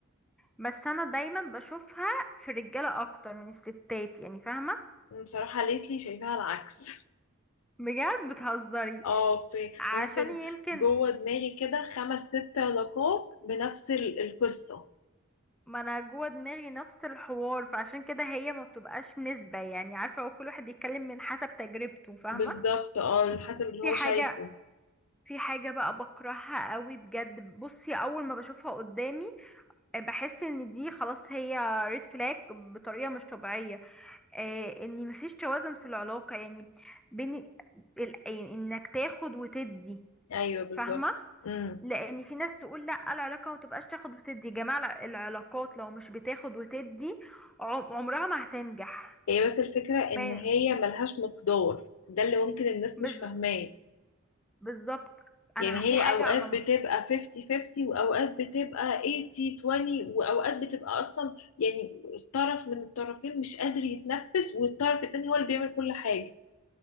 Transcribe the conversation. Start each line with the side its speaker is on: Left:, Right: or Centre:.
Centre: بس أنا دايما بشوفها في الرجالة أكتر من الستات يعني فاهمة
Left: بصراحة ليتلي شايفاها العكس <laughs>
Centre: بجد بتهزري
Left: اه في
Centre: عشان
Left: ممكن
Centre: يمكن
Left: جوه دماغي كده خمس ست علاقات بنفس ال- القصة
Centre: ما أنا جوه دماغي نفس الحوار فعشان كده هي ما بتبقاش نسبة يعني عارفة هو كل واحد بيتكلم من حسب تجربته فاهمة
Left: بالظبط اه على حسب اللي
Centre: في
Left: هو
Centre: حاجة
Left: شايفه
Centre: في حاجة بقى بكرهها قوي بجد بصي اول ما بشوفها قدامي آه، بحس ان دي خلاص هي ريد فلاج بطريقة مش طبيعية آه، ان مفيش توازن في العلاقة يعني بين ال- يعني انك تاخد وتدي
Left: ايوه بالظبط
Centre: فاهمة
Left: امم
Centre: لان في ناس تقول لا العلاقة ما تبقاش تاخد وتدي يا جماعة الع- العلاقات لو مش بتاخد وتدي عم- عمرها ما هتنجح
Left: هي بس الفكرة ان
Centre: ما-
Left: هي ملهاش مقدار ده اللي ممكن الناس
Centre: بز-
Left: مش فاهماه
Centre: بالظبط انا
Left: يعني
Centre: في
Left: هي
Centre: حاجة
Left: اوقات
Centre: انا
Left: بتبقى 50 50 واوقات بتبقى 80 20 واوقات بتبقى اصلا يعني طرف من الطرفين مش قادر يتنفس والطرف التاني هو اللي بيعمل كل حاجة